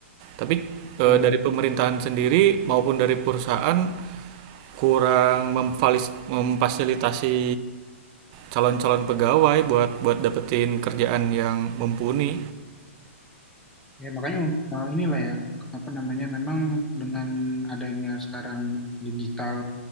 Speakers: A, on the right; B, in the centre.
A: Tapi
B: tuh.
A: eh, dari pemerintahan sendiri maupun dari perusahaan kurang memfalis- memfasilitasi calon-calon pegawai buat buat dapetin kerjaan yang mumpuni.
B: Ya, makanya uh, inilah ya, apa namanya, memang dengan adanya sekarang digital,